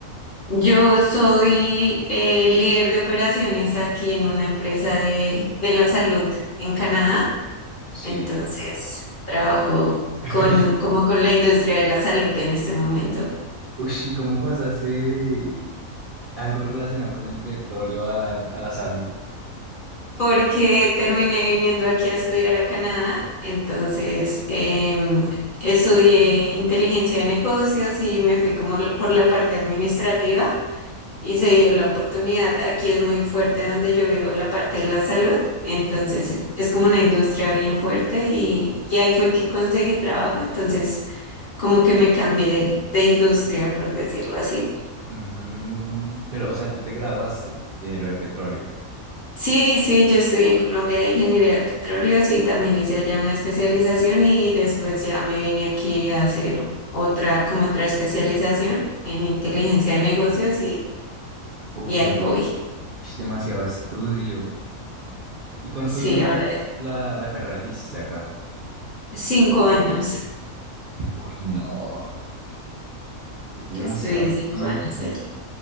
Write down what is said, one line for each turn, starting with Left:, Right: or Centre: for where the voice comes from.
Left: Yo soy eh, líder de operaciones aquí en una empresa de, de la salud en Canadá,
Right: Sí.
Left: entonces trabajo
Right: <laughs>
Left: con,
Right: Y,
Left: como con la industria de la salud en este momento.
Right: ush, ¿y cómo pasaste de algo relacionado con el petróleo a la, a la salud?
Left: porque terminé viniendo aquí a estudiar a Canadá, entonces em, estudié inteligencia de negocios y me fui como lo- por la parte administrativa y se dio la oportunidad. Aquí es muy fuerte donde yo vivo la parte de la salud, entonces es es como una industria bien fuerte y, y ahí fue que conseguí trabajo, entonces como que me cambié de industria, por decirlo así.
Right: Mm, pero, o sea, tú te graduaste de lo de petróleo.
Left: Sí, sí, yo estudié en Colombia ingeniería de petróleos y también hice allá una especialización y después ya me vine aquí a hacer otra, como otra especialización en inteligencia de negocios y,
Right: Uy,
Left: y ahí
Right: no.
Left: voy.
Right: Ush, demasiado estudio. ¿Y cuánto
Left: Sí,
Right: dura
Left: ahora
Right: la, la carrera que hiciste acá?
Left: cinco años.
Right: Uy, no. Es demasiado
Left: Yo estudié cinco
Right: tiempo.
Left: años allá.